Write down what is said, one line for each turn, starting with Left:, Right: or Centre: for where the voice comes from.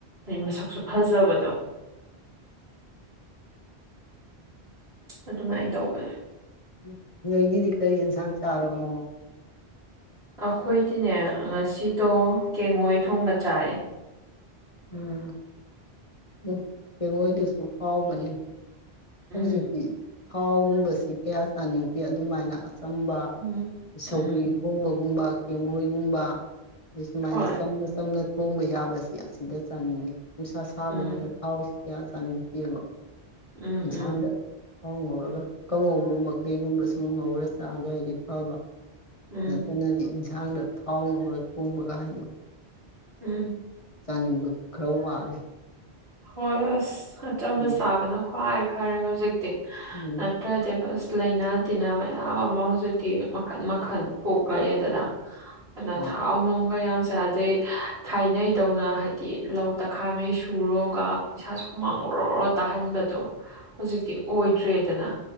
Right: ꯃꯁꯛꯁꯨ ꯐꯖꯕꯗꯣ ꯑꯗꯨꯃꯥꯏ ꯇꯧꯕꯅꯦ
Left: ꯎꯝ ꯅꯣꯏꯒꯤꯗꯤ ꯀꯔꯤ ꯏꯟꯁꯥꯡ ꯆꯥꯔꯝꯃꯣ
Right: ꯑꯈꯣꯏꯗꯤꯅꯦ ꯉꯁꯤꯗꯣ ꯀꯦꯡꯉꯣꯏ ꯊꯣꯡꯕ ꯆꯥꯏꯑ
Left: ꯎꯝ ꯎ ꯀꯦꯡꯉꯣꯏꯗꯨꯁꯨ ꯍꯥꯎꯕꯅꯤ
Right: ꯎꯝ
Left: ꯍꯧꯖꯤꯛꯇꯤ ꯊꯥꯎꯒꯨꯝꯕꯁꯤ ꯀꯌꯥ ꯆꯥꯅꯤꯡꯗꯦ ꯑꯗꯨꯃꯥꯏꯅ ꯑꯆꯝꯕ
Right: ꯎꯝ ꯎꯝ
Left: ꯁꯧꯒꯔꯤ ꯊꯣꯡꯕꯒꯨꯝꯕ ꯀꯦꯉꯣꯏꯒꯨꯝꯕ ꯗꯤꯁꯨꯃꯥꯏꯅ
Right: ꯍꯣꯏ
Left: ꯆꯝꯅ ꯆꯝꯅ ꯊꯣꯡꯕ ꯌꯥꯕꯁꯤ ꯑꯁꯤꯗ ꯆꯥꯅꯤꯡꯉꯤ ꯅꯨꯡꯁꯥ ꯁꯥꯕꯅꯤꯅ
Right: ꯎꯝ
Left: ꯊꯥꯎꯁꯤ ꯀꯌꯥ ꯆꯥꯅꯤꯡꯗꯦꯕ
Right: ꯎꯝ
Left: ꯏꯟꯁꯥꯡꯗ
Right: ꯎꯝ
Left: ꯊꯥꯎ ꯉꯧꯔꯒ ꯀꯥꯡꯉꯧꯒꯨꯝꯕ ꯀꯩꯒꯨꯝꯕ ꯁꯨꯝ ꯉꯧꯔ ꯆꯥꯒꯔꯗꯤ ꯐꯕ
Right: ꯎꯝ
Left: ꯅꯠꯇꯅꯗꯤ ꯏꯟꯁꯥꯡꯗ ꯊꯥꯎ ꯉꯧꯔ ꯊꯣꯡꯕꯒ ꯍꯥꯏꯗꯣ
Right: ꯎꯝ
Left: ꯆꯥꯅꯤꯡꯕ ꯈꯔ ꯋꯥꯠꯂꯦ
Right: ꯍꯣꯏ ꯑꯁ ꯑꯆꯝꯕ
Left: ꯎꯝ
Right: ꯆꯥꯕꯅ ꯈ꯭ꯋꯥꯏ ꯐꯔꯦ ꯍꯧꯖꯤꯛꯇꯤ
Left: ꯎꯝ
Right: ꯅꯠꯇ꯭ꯔꯗꯤ ꯕꯁ ꯂꯩꯥꯅꯥ ꯇꯤꯟꯅꯥ ꯃꯌꯥꯝ ꯑꯃ ꯍꯧꯖꯤꯛꯇꯤ ꯃꯈꯜ ꯃꯈꯜ ꯄꯣꯛꯂꯛꯑꯦꯗꯅ ꯑꯅ
Left: ꯍꯣꯏ
Right: ꯊꯥꯎ ꯅꯨꯡꯒ ꯌꯥꯝ ꯆꯥꯗꯩ ꯑꯩ ꯊꯥꯏꯅꯩꯗꯧꯅ ꯍꯥꯏꯗꯤ ꯂꯧ ꯇꯛꯈꯥꯏꯉꯩ ꯁꯨꯔꯣ ꯒ ꯏꯁꯥꯥꯁꯦ ꯍꯨꯃꯥꯡ ꯑꯣꯔꯣꯔꯣ ꯇꯥꯍꯟꯕꯗꯣ ꯍꯧꯖꯤꯛꯇꯤ ꯑꯣꯏꯗ꯭ꯔꯦꯗꯅ